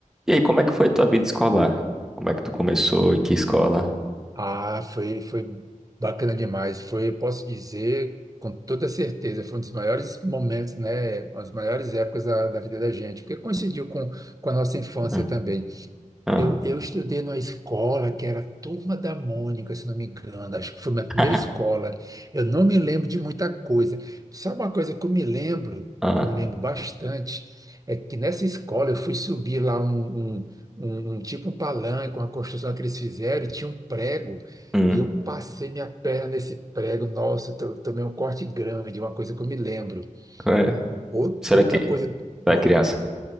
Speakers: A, in the centre; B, on the right.
A: E aí, como é que foi a tua vida escolar? Como é que tu começou? Em que escola?
B: Ah, foi, foi bacana demais. Foi, eu posso dizer com toda certeza, foi um dos maiores momentos, né? As maiores épocas da, da vida da gente, porque coincidiu com, com a nossa infância
A: Hum,
B: também.
A: Ah,
B: Eu, eu estudei numa escola que era a Turma da Mônica, se não me engano. Acho que foi minha primeira
A: <laughs>
B: escola. Eu não me lembro de muita coisa. Sabe uma coisa que eu me lembro,
A: ah,
B: que eu me lembro bastante, é que nessa escola eu fui subir lá um, um, um- um- tipo um palanque, uma construção que eles fizeram, e tinha um prego,
A: hum,
B: e eu passei minha perna nesse prego. Nossa, eu to- tomei um corte grande, uma coisa que eu me lembro.
A: é.
B: Ou-
A: Será
B: Outra
A: que
B: coisa.
A: tu
B: Oi.
A: é criança?